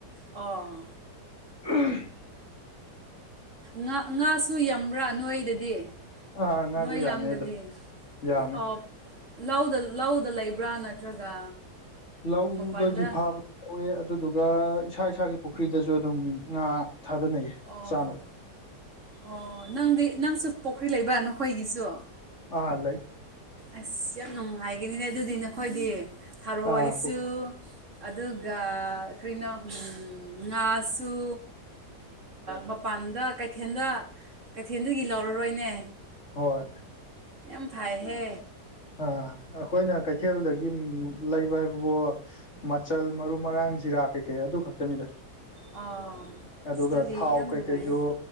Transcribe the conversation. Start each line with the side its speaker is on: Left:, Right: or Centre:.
Right: ꯑꯥ
Left: <inaudible>
Right: ꯉꯥ ꯉꯥꯁꯨ ꯌꯝꯕ꯭ꯔꯥ ꯅꯣꯏꯗꯗꯤ
Left: ꯑꯥ ꯉꯥꯁꯨ
Right: ꯅꯣꯏ
Left: ꯌꯥꯝꯃꯦ
Right: ꯂꯝꯗꯗꯤ
Left: ꯑꯗꯨꯝ ꯌꯥꯝꯃꯦ
Right: ꯑꯣꯞ ꯂꯧꯗ ꯂꯧꯗ ꯂꯩꯕ꯭ꯔꯥ ꯅꯠꯇ꯭ꯔꯒ
Left: ꯂꯧꯗꯒꯤ
Right: ꯃꯄꯥꯟꯗ
Left: ꯐꯥꯕ ꯑꯣꯑꯦ ꯑꯗꯨꯗꯨꯒ ꯏꯁꯥ ꯏꯁꯥꯒꯤ ꯄꯨꯈ꯭ꯔꯤꯗꯁꯨ ꯑꯗꯨꯝ ꯉꯥ ꯊꯥꯗꯅꯩꯌꯦ
Right: ꯑꯣ
Left: ꯆꯥꯅꯕ
Right: ꯑꯣ ꯅꯪꯗꯤ ꯅꯪꯁꯨ ꯄꯣꯈ꯭ꯔꯤ ꯂꯩꯕ ꯅꯈꯣꯏꯒꯤꯁꯨ
Left: ꯑꯥ ꯂꯩ
Right: ꯑꯁ ꯌꯥꯝ ꯅꯨꯡꯉꯥꯏꯒꯅꯤꯅꯦ ꯑꯗꯨꯗꯤ ꯅꯈꯣꯏꯗꯤ ꯊꯥꯔꯣꯏꯁꯨ
Left: ꯑꯥ
Right: ꯑꯗꯨꯒ ꯀ꯭ꯔꯤꯅꯣ ꯉꯥꯁꯨ ꯃꯄꯥꯟꯗ ꯀꯩꯊꯦꯜꯗ ꯀꯩꯊꯦꯜꯗꯒꯤ ꯂꯧꯔꯔꯣꯏꯅꯦ
Left: ꯍꯣꯏ
Right: ꯌꯥꯝ ꯐꯥꯏꯍꯦ
Left: ꯑ ꯑꯩꯈꯣꯏꯅ ꯀꯩꯊꯦꯜꯗꯒꯤ ꯂꯩꯕ ꯍꯥꯏꯕꯕꯨ ꯃꯆꯜ ꯃꯔꯨ ꯃꯔꯥꯡ ꯖꯤꯔꯥ ꯀꯩꯀꯩ ꯑꯗꯨ ꯈꯛꯇꯅꯤꯗ
Right: ꯑꯥ
Left: ꯑꯗꯨꯒ
Right: ꯑꯗꯨꯗꯤ
Left: ꯊꯥꯎ
Right: ꯌꯥꯝ ꯅꯨꯡꯉꯥꯏꯌꯦ
Left: ꯀꯩꯀꯩꯖꯨ